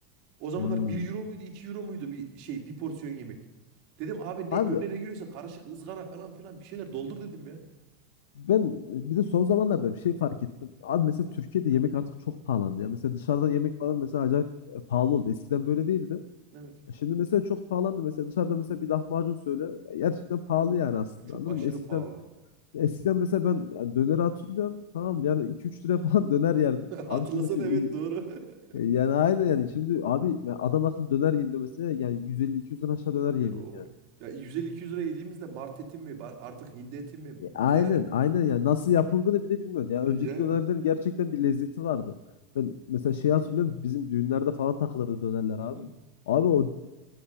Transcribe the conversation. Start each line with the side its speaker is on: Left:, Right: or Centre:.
Right: O zamanlar
Left: Hmm.
Right: bir euro muydu 2 euro muydu bir şey bir porsiyon yemek. Dedim abi
Left: Abi
Right: ne önüne ne giriyorsa karışık ızgara falan filan bir şeyler doldur dedim ya.
Left: ben bir de son zamanlarda bir şey fark ettim. Abi mesela Türkiye'de yemek artık çok pahalandı ya. Mesela dışarıda yemek falan mesela acayip e, pahalı oldu. Eskiden böyle değildi.
Right: Evet.
Left: E Şimdi mesela çok pahalandı. Mesela dışarıda mesela bir lahmacun söyle. ya Gerçekten pahalı yani aslında
Right: E, Çok
Left: anladın
Right: aşırı
Left: mı? Eskiden
Right: pahalı.
Left: eskiden mesela ben ya döneri hatırlıyorum. Tamam
Right: Hı hı.
Left: yani iki üç liraya falan <laughs> döner yerdim.
Right: <laughs>
Left: Abi
Right: Hatırlasana
Left: şimdi mesela
Right: evet
Left: y-
Right: doğru. <laughs>
Left: yani aynı yani şimdi abi ya adam akıllı döner yiyeyim de mesela yani 150-200'den aşağı döner yemiyor
Right: Yo.
Left: yani.
Right: Ya 150-200 lira yediğimizde mart eti mi ba- artık hindi eti mi?
Left: E, Aynen,
Right: <laughs>
Left: aynen ya. Nasıl yapıldığını bile bilmiyorum. Ya
Right: Yani.
Left: önceki dönerlerin gerçekten bir lezzeti vardı. Ben mesela şeyi hatırlıyorum. Bizim düğünlerde falan takılırdı dönerler
Right: Hı
Left: abi.
Right: hı.
Left: Abi o <laughs>